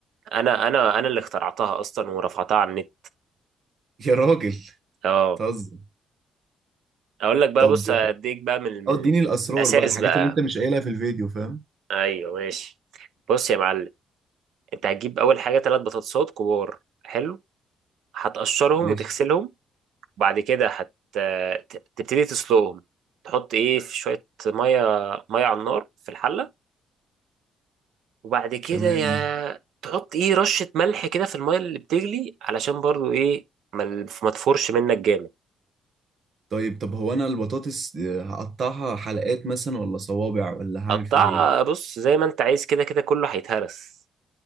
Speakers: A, on the right; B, on the right.
A: انا انا انا اللي اخترعتها اصلا ورفعتها على النت
B: <laughs> يا راجل
A: اه
B: تهزر
A: اقول لك بقى
B: طب
A: بص اديك بقى من من
B: اه اديني
A: من
B: الاسرار
A: الاساس
B: بقى الحاجات
A: بقى
B: اللي انت مش قايلها في الفيديو فاهم
A: ايوه ماشي بص يا معلم انت هتجيب اول حاجه ثلاث بطاطسات كبار حلو هتقشرهم
B: ماشي
A: وتغسلهم وبعد كده هت ت- تبتدي تسلقهم تحط ايه في شوية مية مية على النار في الحلة وبعد كده
B: تمام
A: يا تحط ايه رشة ملح كده في المية اللي بتغلي علشان برضو ايه ما ال- ما تفورش منك جامد
B: طيب طب هو انا البطاطس آه، هقطعها حلقات مثلا ولا صوابع ولا هعمل
A: قطع
B: فيها ايه
A: بص زي ما انت عايز كده كده كله هيتهرس